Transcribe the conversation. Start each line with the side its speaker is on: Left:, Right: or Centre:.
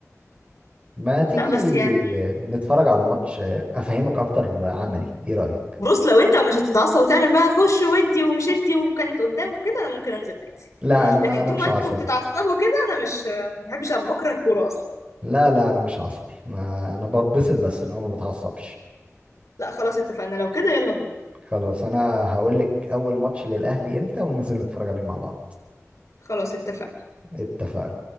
Right: ما تيجي
Left: لا بس يعني
Right: نتفرج على ماتش افهمك اكتر عملي ايه رأيك
Left: بص لو انت مش هتتعصب وتعمل بقى خش ودي ومش ادي وكانت قدامك كده انا ممكن انزل عادي
Right: لا انا ما
Left: لكن
Right: انا
Left: طول
Right: مش
Left: ما انتوا
Right: عصبي
Left: بتتعصبوا كده انا مش ما بحبش ابقى بكره الكوره اصلا
Right: لا لا انا مش عصبي ما انا بتبسط بس ان هو ما بتعصبش
Left: لا خلاص اتفقنا لو كده يلا بينا
Right: خلاص انا هقول لك اول ماتش للاهلي امتى وننزل نتفرج عليه مع بعض
Left: خلاص اتفقنا
Right: اتفقنا